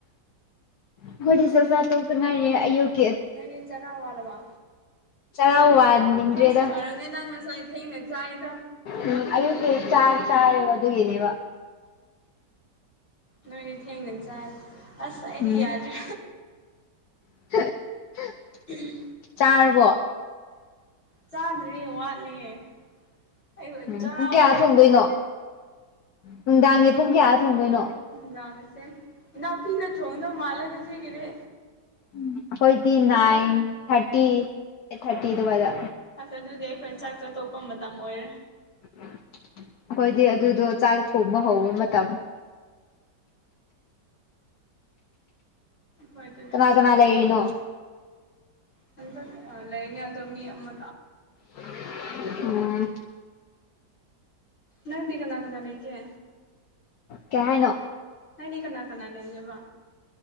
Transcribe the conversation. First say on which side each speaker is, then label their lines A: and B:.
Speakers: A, on the left; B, on the left.
A: ꯑꯩꯈꯣꯏꯗꯤ ꯆꯥꯛꯆꯥꯥ ꯇꯣꯛꯇ ꯉꯥꯏꯔꯤꯌ‌ꯦ ꯑꯌꯨꯛ
B: ꯅꯪ ꯆꯂꯋꯥꯜꯕ
A: ꯆꯔꯥ ꯋꯥꯟꯅꯤꯡꯗ꯭ꯔꯦꯗ
B: ꯅꯪ ꯉꯣ ꯍ ꯅ <inaudible>
A: ꯎꯝ ꯑꯌꯨꯛꯀꯤꯤ ꯆꯥ ꯆꯥꯕ ꯑꯗꯨꯒꯤꯅꯦꯕ
B: ꯅꯣꯏꯗꯤ ꯊꯦꯡꯅ ꯆꯥꯏ ꯑꯁ ꯑꯩꯗꯤ
A: ꯎꯝ
B: ꯌꯥꯗ꯭ꯔꯦ
A: <unintelligible>
B: ꯎ
A: ꯆꯥꯔꯕꯣ
B: ꯆꯥꯗ꯭ꯔꯔꯤ ꯋꯥꯠꯂꯤ ꯑꯩ
A: ꯎꯝ
B: ꯆꯔꯥ
A: ꯄꯨꯡ ꯀꯌꯥ
B: ꯋꯥꯟꯗꯦ
A: ꯊꯣꯡꯗꯣꯏꯅꯣ ꯅꯨꯡꯗꯥꯡꯒꯤ ꯄꯨꯡ ꯀꯌꯥ ꯊꯣꯡꯗꯣꯏꯅꯣ
B: ꯅꯨꯡꯗꯥꯡꯉꯁꯦ ꯏ ꯅꯥꯎꯄꯤꯅ ꯊꯣꯡꯗꯧ ꯃꯥꯜꯂꯦ ꯉꯁꯤꯒꯤꯗꯤ
A: ꯎ ꯑꯩꯈꯣꯏꯗꯤ ꯅꯥꯏꯟ
B: ꯈꯪꯗꯦ
A: ꯊꯥꯔꯇꯤ ꯑꯩꯠ ꯊꯥꯔꯇꯤ ꯑꯗꯨꯋꯥꯗ
B: ꯐꯁ ꯑꯗꯨꯗꯤ ꯑꯩꯈꯣꯏ ꯆꯥꯛ ꯆꯥꯠꯇꯣꯛꯄ ꯃꯇꯝ ꯑꯣꯏꯔꯦ
A: ꯑꯩꯈꯣꯏꯗꯤ ꯑꯗꯨꯗꯣ ꯆꯥꯛ ꯊꯣꯡꯕ ꯍꯧꯕ ꯃꯇꯝ
B: ꯍꯣꯏ ꯇ ꯅ
A: ꯀꯅꯥ
B: ꯆꯥ
A: ꯀꯅꯥ
B: ꯆ
A: ꯂꯩꯔꯤꯅꯣ
B: ꯇꯧꯔꯂ ꯅꯇ ꯂꯩ ꯂꯩꯅꯦ ꯑꯗꯨꯣ ꯃꯤ ꯑꯃ
A: ꯎꯝ
B: ꯅꯪꯗꯤ ꯀꯅꯥ ꯀꯅꯥ ꯂꯩꯒꯦ
A: ꯀꯩ ꯍꯥꯏꯅꯣ
B: ꯅꯪꯗꯤ ꯀꯅꯥ ꯀꯅꯥ ꯂꯩꯒꯦꯕ